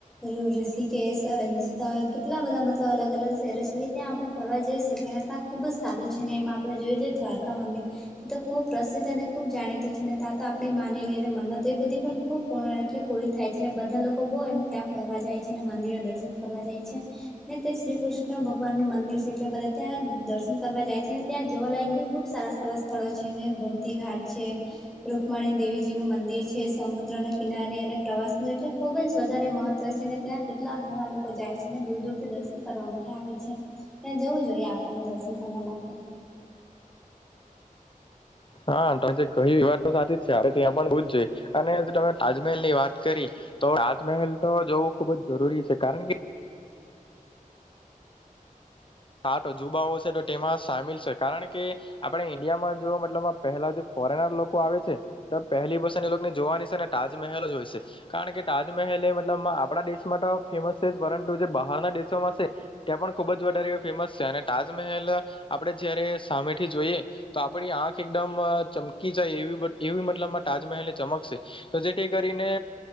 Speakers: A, in the centre; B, on the left.
A: ઋષિકેશ સંજતા કેટલા બધા મતલબ અલગ અલગ શહેરો છે જે ત્યાં આપણે ફરવાઈ જઈ શકીએ અનેને ત્યાં ખૂબ જ સારું છે ને એમાં આપડે જોયએ છેએ દ્વારકા મંદિર તો ખૂબ પ્રસિદ્ધ અને ખુબ જાણીતું છે ને તા તો આપણી માને લઈ મ તો એ બધી પણ ખૂબ પૂર્ણ એટલે પૂરી થાય છે ને બધા લોકો બહુ એમ ત્યાં ફરવા જાય છે અને મંદિર દર્શન કરવા જાય છે ને તે શ્રી કૃષ્ણ ભગવાન નું મંદિર છે એટલે બધા ત્યાં દર્શન કરવા જાય છે ને ત્યાં જવાલાયક બી ખુબ સારા સારા સ્થળો છે ગોમતી ઘાટ છે. રૂકમાણી દેવીજી નું મંદિર છે સમુદ્ર ના કિનારે અને પ્રવાસનું એટલે ખુબ જ વધારે મહત્વ છે ને ત્યાં કેટલાક ઘણા લોકો લોકો જાય છે દૂર દૂરથી દર્શન કરવા માટે આવે છે ત્યાં જવું જોઈએ આપણને દર્શન કરવા માટે
B: હા તમે જે કહ વાત તો સાચી જ છે આપ ત્યાં પણ હોવ જ જોઈએ અને તમે તાજમહેલ ની વાત કરી. તો તાજમહેલ તો જવું ખુબ જ જરૂરી છે કારણ કે કાટો જુબાઓ છે તો તેમાં સામેલ છે કારણ કે આપડે ઈન્ડિયામાં જો મતલબ પેહેલા જે ફોરેનર લોકો આવે છે તો પહેલી વસે એ લોકોની જોવાની છે ને તાજમહેલ જ હોય છે કારણ કે તાજમહેલ એ મતલબ આપણા દેશ માટે તો ફેમસ છે જ પરંતુ જે બહારના દેશોમાં છે ત્યાં પણ ખુબ જ વધારે ફેમસ છે અને તાજમહેલ આપણેે જયારે સામેથી જોઈએ તો આપડી આંખ એકદમ ચમકી જાય એવી એવી મતલબમાં તાજમહેલ ને ચમકશે તો જેથી કરીને